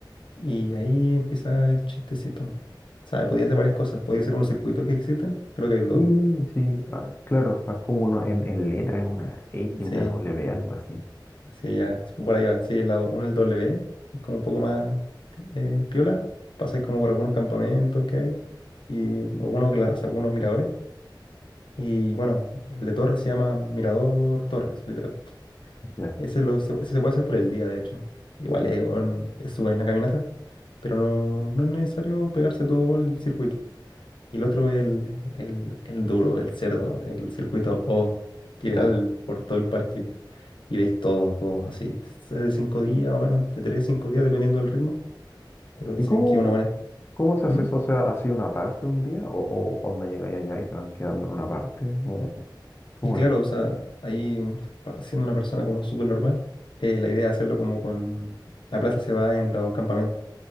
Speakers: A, on the left; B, on the left.
A: Y ahí empieza el chistecito. ¿Sabes? Podía hacer varias cosas. Podía hacer unos circuitos que existen. Creo que hay dos.
B: Sí, sí, ah, claro, es como uno en, en letra, es una X,
A: Sí,
B: una W, algo así.
A: sí, ya. es Por ahí va. Sí, el lado uno, el W, es como un poco más eh, piola. Pasáis como por algunos campamentos que hay y algunos, glas- algunos miradores. Y bueno, el de Torres se llama Mirador Torres, literal.
B: Ya,
A: Ese, lo, se- ese se puede hacer por el día, de hecho. Igual es, un- es una caminata, pero no, no es necesario pegarse todo el circuito. Y el otro es el, el, el duro, el cerdo, el circuito O, que
B: ya.
A: da el- por todo el parque. Y veis todo, todo así. Es de cinco días, o menos, de tres, cinco días, dependiendo del ritmo. Pero dicen
B: ¿Y cómo,
A: que es una buena...
B: cómo se
A: ¿Mm?
B: hace eso? O sea, ¿así una parte un día? ¿O, o onda llegáis allá y se van quedando en una parte? ¿Cómo cómo
A: Y claro,
B: es?
A: o sea, ahí, pa- siendo una persona como súper normal, eh, la idea es hacerlo como con... La plata se va en los campamentos.